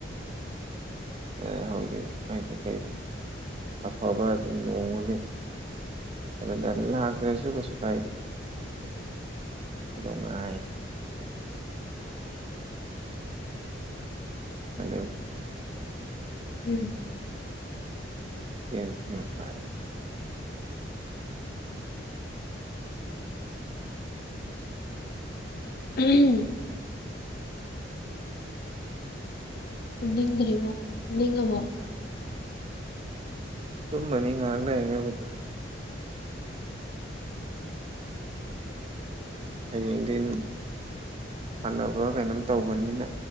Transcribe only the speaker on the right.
<unintelligible> ꯍꯣꯏꯗꯤ ꯀꯩ ꯑꯐꯕ ꯑꯗꯨ ꯅꯣꯡꯃꯗꯤ ꯗ ꯍꯥ꯭ꯔꯦꯁꯨꯨꯈ ꯁꯨꯈ ꯏꯗꯉꯥꯏ <inaudible>
ꯂꯦꯟꯁꯂꯣꯠ ꯄꯥꯏ
ꯇꯨꯝꯃꯅꯤ ꯉꯥꯏꯍꯥꯛ ꯂꯩꯔꯒꯕꯨꯗꯤ ꯍꯌꯦꯡꯗꯤꯟ ꯁꯥꯟꯅꯕ ꯀꯩꯅꯣꯝ ꯇꯧꯕꯅꯤꯅ